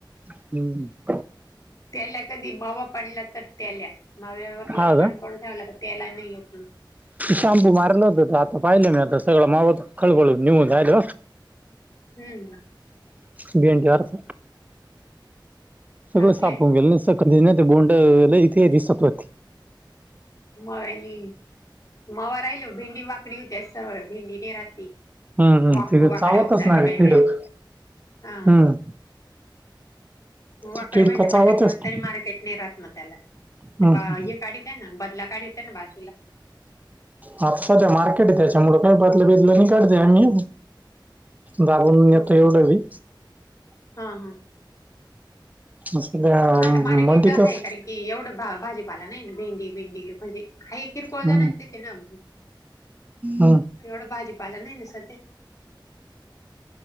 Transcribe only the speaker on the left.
त्याला कधी मावा पडला तर त्याला मावटलं
कंट्रोल ठेवाय लाग त्याला नाही येत.
हम्म.
चांगला
आहे ना.
मव्यानी मवा राहिलो भेंडी वाकडी होती सर्व भेंडीने राात
वाख
वाकड्या
होऊन जाते
भेंढ्या
हा.
होवाकडे
बहि म्हटलं
क मग
तरी मार्केट न राहात ना त्याला ते
बा हे काढतय ना बदला काढेत आहे ना बाजूला
हम्म.
हा हा
ह आता मार्केट
आहे कारण की एवढं भाजीपाला नाही भेंडी भेंडी म्हणजे हई किरकळद
ना अतेत नम
एवढं भाजीपाला नाही ना सध